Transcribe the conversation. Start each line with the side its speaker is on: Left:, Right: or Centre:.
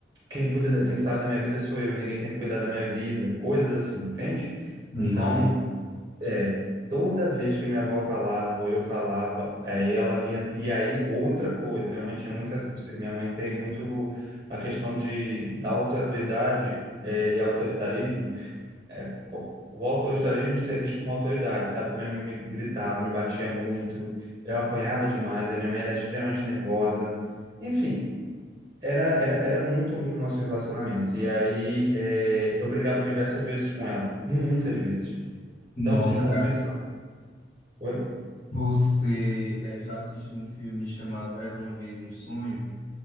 Right: quem cuida, da- quem sabe da minha vida sou eu, e ninguém tem que cuidar da minha vida, coisas assim, entende?
Left: Nossa.
Right: Então, é, toda vez que minha avó falava, ou eu falava, aí ela vinha. E aí, outra coisa, minha mãe tinha muito. essa- Minha mãe tem muito a questão de, da autoridade, eh, e autoritarismo. O o autoritarismo ser visto como autoridade, sabe? Também me gritava, me batia muito, eu apanhava demais, e a minha mãe era extremamente nervosa. Enfim, era, era, era muito horrível o nosso relacionamento. E aí, eh, eu brigava diversas vezes com ela, muitas vezes.
Left: Nossa,
Right: Tanto de conflitos.
Left: cara,
Right: Oi?
Left: você eh, já assistiu um filme chamado Era Uma Vez um Sonho?